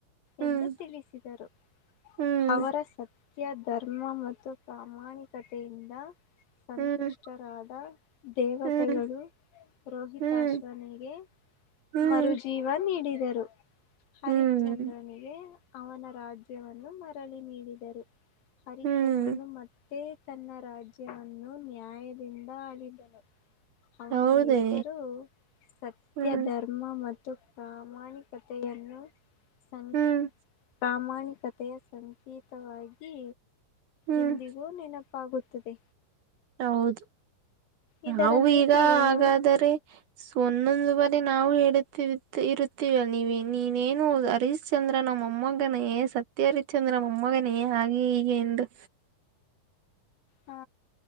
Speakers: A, on the right; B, on the left.
A: ಹ್ಮ್
B: ಎಂದು ತಿಳಿಸಿದರು
A: ಹ್ಮ್
B: ಅವರ ಸತ್ಯ. ಧರ್ಮ ಮತ್ತು ಪ್ರಾಮಾಣಿಕತೆಯಿಂದ ಸಂತುಷ್ಟರಾದ.
A: ಹ್ಮ್
B: ದೇವತೆಗಳು
A: ಹ್ಮ್
B: ರೋಹಿತಾಶ್ವನೆಗೆ.
A: ಹ್ಮ್ ಹ್ಮ್
B: ಮರುಜೀವ ನೀಡಿದರು ಹರಿಶ್ಚಂದ್ರನಿಗೆ.
A: ಹ್ಮ್
B: ಅವನ ರಾಜ್ಯವನ್ನು ಮರಳಿ ನೀಡಿದರು ಹರಿಶ್ಚಂದ್ರನು
A: ಹ್ಮ್
B: ಮತ್ತೆ. ತನ್ನ ರಾಜ್ಯವನ್ನು ನ್ಯಾಯದಿಂದ ಆಳಿದ್ದನು. ಅವನ
A: ಹೌದೇ
B: ಹೆಸರು ಸತ್ಯ
A: ಹ್ಮ್
B: ಧರ್ಮ ಮತ್ತು. ಪ್ರಾಮಾಣಿಕತೆಯನ್ನು ಸಂ
A: ಹ್ಮ್
B: ಪ್ರಾಮಾಣಿ ಕಥೆಯ ಸಂಕೇತವಾಗಿ
A: ಹ್ಮ್
B: ಇಂದಿಗೂ ನೆನಪಾಗುತ್ತದೆ.
A: ಹೌದು
B: ಇದರ
A: ನವು
B: ನೀತಿ
A: ಈಗ
B: ಏನು?
A: ಹಾಗಾದರೆ ಒಂದೊಂದುುವರೆ ಅ ನಾವು ಹೇಳುತ್ತಿ ಇರುತ್ತೀವ ನೀವ ನೀನೇನು ಹರೀಶ್ಚಂದ್ರ ಮೊಮ್ಮಗನೆ ಸತ್ಯರಿಚಂದ್ರ ಮಮ್ಮಗನೇ ಹಾಗೆ ಈಗೆಂದು.
B: ಹ್ಮ.